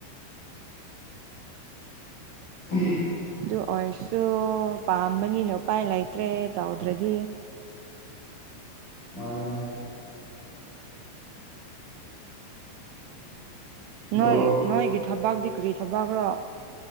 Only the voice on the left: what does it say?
ꯑ꯭ꯝ
ꯃꯥꯅꯤꯅꯦ ꯑꯗꯣ